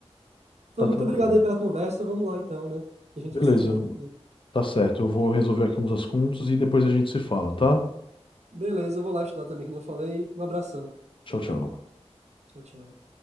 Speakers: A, on the right; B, on the left.
A: Então,
B: Tá
A: muito
B: tranquilo.
A: obrigado aí pela conversa. Vamos lá então, né? Que a gente
B: Beleza,
A: precisa ir.
B: tá certo. Eu vou resolver aqui uns assuntos e depois a gente se fala, tá?
A: Beleza, eu vou lá estudar também, que nem eu falei. Um abração.
B: Tchau, tchau.
A: Tchau, tchau.